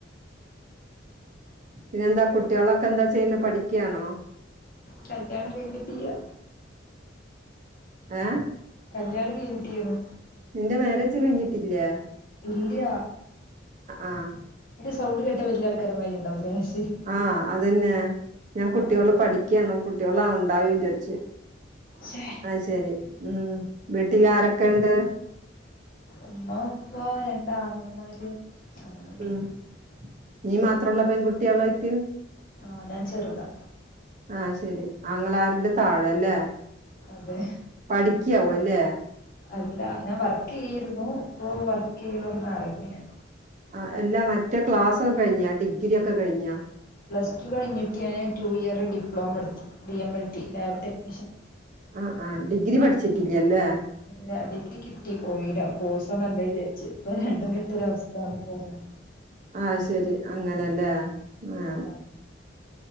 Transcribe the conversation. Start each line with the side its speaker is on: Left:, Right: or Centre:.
Right: പിന്നെ എന്താ കുട്ട്യാളൊക്കെ എന്താ ചെയ്യ്ണ് പഠിക്കാണോ
Left: കല്ല്യാണം കൈഞ്ഞിട്ടിയ്യ
Right: ഏഹ്
Left: കല്ല്യാണം കൈഞ്ഞിട്ടിയാന്നു
Right: നിന്റെ മാരേജ് കഴിഞ്ഞിട്ടില്ല്യേ
Left: ഇല്ല്യ
Right: ആഹ്
Left: ഇന്റെ സൗണ്ട് കേട്ടാ വല്ല്യ ആൾക്കാരമാരി ഉണ്ടാവൂലേ ശരി
Right: ആഹ് അതന്നെ ഞാൻ കുട്ടികള്
Left: ആഹ്
Right: പഠിക്ക്യാണോ കുട്ടികൾ ഉണ്ടാവോ ജാരിച്ച്
Left: ശേ
Right: അയ്ശരി ഉം വീട്ടില് ആരൊക്കെണ്ട്
Left: ഉമ്മ ഉപ്പ രണ്ടാങ്ങളമാര് അങ്ങനെയൊക്കെ
Right: ഉം നീ മാത്രമുള്ള പെൺകുട്ടികളായിട്ട്
Left: ആ ഞാൻ ചെറുതാ
Right: ആഹ് ശരി ആങ്ങളാരന്റെ താഴല്ലേ
Left: അതെ
Right: പഠിക്കയാവുഅല്ലേ
Left: അല്ല ഞാൻ വർക്ക് ചെയ്യയിരുന്നു ഇപ്പൊ വർക്ക് ചെയ്യുന്നോട്ന്ന് ഇറങ്ങി ഞാൻ
Right: ആ അല്ല മറ്റേ ക്ലാസക്കെ കഴിഞ്ഞാ ഡിഗ്ര ഒക്കെ കഴിഞ്ഞ
Left: പ്ലസ് ടു കഴിഞ്ഞിട്ട് ഞാൻ ടു ഇയർ ഡിപ്ലോമ എടുത്തു D ML T lab technician
Right: ആ ആ ഡിഗ്രി പഠിച്ചിട്ടില്ലല്ലേ
Left: ഇല്ല ഡിഗ്രി കിട്ടി പോയില്ല കോഴസ് നല്ല വിചാരിച്ചു ഇപ്പൊ രണ്ടും കെട്ടൊരവസ്ഥാണ് പോണേ
Right: ആ ശരി അങ്ങനല്ലേ ആ
Left: ആഹ്